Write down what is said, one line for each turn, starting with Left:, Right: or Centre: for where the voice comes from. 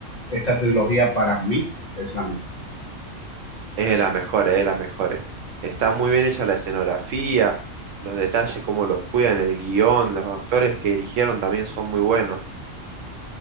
Left: esa trilogía para mí es la mejor.
Right: Es de las mejores, es de las mejores. Está muy bien hecha la escenografía, los detalles, cómo los cuidan, el guión, los actores que eligieron también son muy buenos.